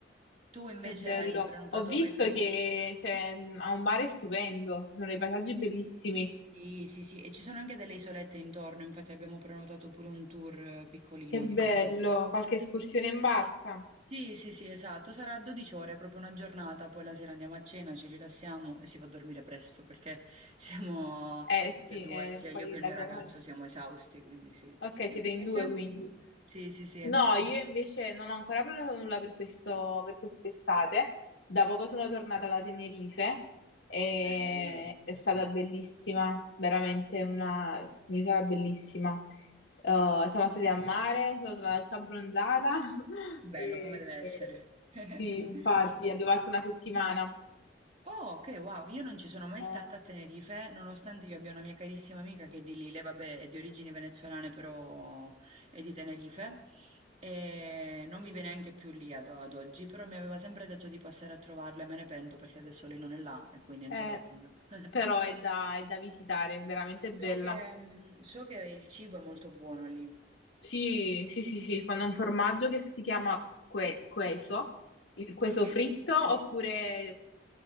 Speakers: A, on the right (about 35°); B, on the left (about 80°).
A: Tu invece
B: Che bello.
A: hai prenotato,
B: Ho visto
A: hai pre-
B: che c'è, ha un mare stupendo, ci sono dei paesaggi bellissimi.
A: Sì, sì, sì, e ci sono anche delle isolette intorno, infatti abbiamo prenotato pure un tour eh, piccolino
B: Che bello.
A: di questi.
B: Qualche escursione in barca?
A: Sì, sì, sì, esatto, sarà 12 ore, proprio una giornata, poi la sera andiamo a cena, ci rilassiamo e si va a dormire presto perché <laughs> siamo
B: Eh
A: tutti
B: sì,
A: e due,
B: eh,
A: sia io
B: poi
A: che il
B: la
A: mio ragazzo,
B: giornata.
A: siamo esausti, quindi sì.
B: Ok,
A: Tu
B: siete
A: invece?
B: in due quindi.
A: Sì, sì, sì.
B: No, io invece non ho ancora prenotato nulla per questo, per quest'estate. Da poco sono tornata da Tenerife e
A: Bello.
B: è stata bellissima, veramente una un'isola bellissima. Eh, siamo stati a mare, sono stata tutta abbronzata <laughs>
A: Bello
B: e,
A: come deve essere.
B: e-
A: <laughs>
B: sì, infatti abbiamo fatto una settimana,
A: Oh, ok, wow, io non ci sono mai
B: Eh,
A: stata a Tenerife, nonostante io abbia una mia carissima amica che è di lì, lei vabbè è di origini venezuelane però è di Tenerife e non vive neanche più lì ad, ad oggi, però mi aveva sempre detto di passare a trovarla e me ne pento perché adesso lei non è là e quindi anche
B: eh,
A: volendo. <laughs>
B: però è da, è da visitare, è veramente bella.
A: So che, mm, so che il cibo è molto buono lì.
B: Sì, sì, sì, sì, fanno un formaggio che si chiama que- queso, il queso
A: Sì, che
B: fritto oppure